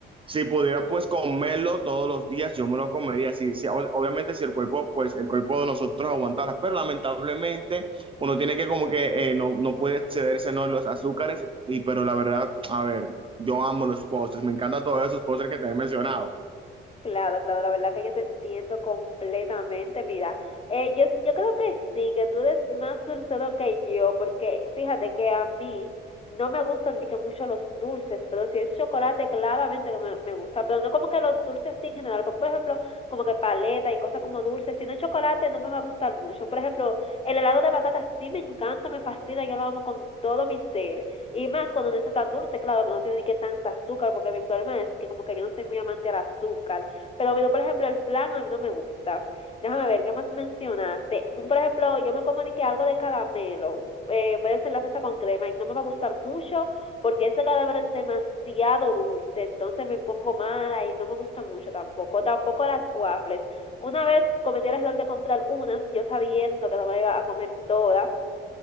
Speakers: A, on the right; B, on the left.
A: si pudiera pues comerlo todos los días, yo me lo comería. Si, si- ob- obviamente si el cuerpo, pues el cuerpo de nosotros aguantara, pero lamentablemente uno tiene que como que eh, no, no puede excederse, ¿no? en Los azúcares, y, pero la verdad, a ver, yo amo los postres, me encantan todos esos postres que te he mencionado.
B: Claro, claro, la verdad que yo te entiendo completamente. Mira, eh, yo, yo creo que sí, que tú eres más dulcero que yo, porque fíjate que a mí no me gustan ni que mucho los dulces, pero si es chocolate, claramente que me, me gusta, pero no como que los dulces sí en general, por ejemplo, como que paleta y cosas como dulces, si no es chocolate no me va a gustar mucho, por ejemplo, el helado de batata sí me encanta, me fascina, yo lo amo con todo mi ser, y más cuando no es tan dulce, claro, que no tiene ni que tanta azúcar, porque mi problema es que como que yo no soy muy amante al azúcar, pero bueno, por ejemplo, el flan a mí no me gusta, Déjame ver, ¿qué más mencionaste? Un, por ejemplo, yo me comuniqué algo de caramelo. Eh, puede ser la cesa con crema y no me va a gustar mucho porque ese caramelo es demasiado dulce. Entonces me pongo mala y no me gusta mucho tampoco. Tampoco las waffles. Una vez cometí el error de comprar unas, yo sabiendo que no me iba a comer toda